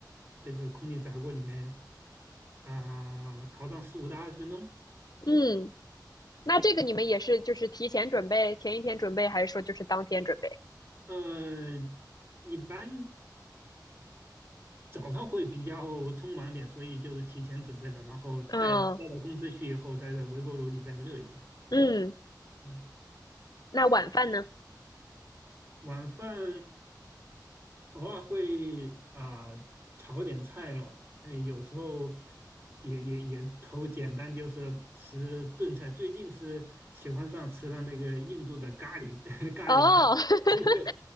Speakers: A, on the right; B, on the left.
A: 这个空气炸锅里面啊、烤上十五到二十分钟。
B: 嗯。那这个你们也是就是提前准备，前一天准备，还是说就是当天准备？
A: 呃，一般早上会比较匆忙点，所以就是提前准备了，然后带带到公司去以后，
B: 嗯
A: 再在微波炉里再热一下。
B: 嗯，
A: 嗯。
B: 那晚饭呢？
A: 晚饭偶尔会啊、炒点菜咯，哎，有时候也也也头简单就是吃炖菜。最近是喜欢上吃了那个印度的咖喱 <laughs> 咖喱菜，
B: 哦，<laughs>
A: 那就